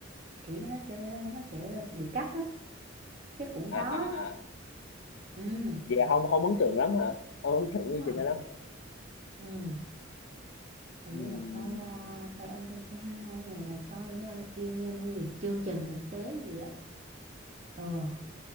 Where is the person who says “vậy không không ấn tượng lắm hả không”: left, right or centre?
Left